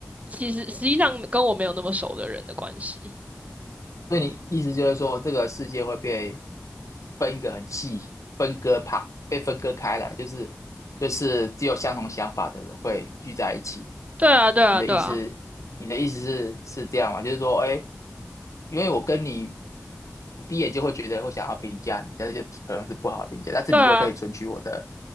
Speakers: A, on the right (about 25°); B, on the left (about 75°).
A: 其实实际上跟我没有那么熟的人的关系。
B: 所以你意思就是说，这个世界会被分一个很细，分割怕被分割开来，就是就是只有相同想法的人会聚在一起。
A: 对啊，对啊，
B: 你的意思，
A: 对啊，
B: 你的意思是是这样吗？就是说，哎，因为我跟你，我第一眼就会觉得会想要评价你，但是就可能是不好评价，但是你又可以存取我的
A: 对啊。